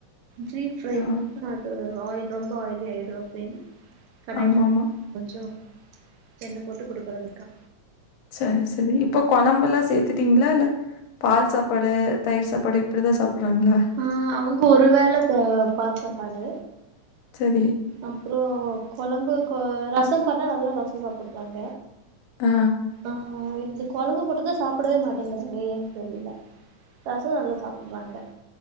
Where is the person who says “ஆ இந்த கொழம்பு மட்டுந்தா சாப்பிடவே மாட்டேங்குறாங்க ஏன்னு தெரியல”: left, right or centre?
Right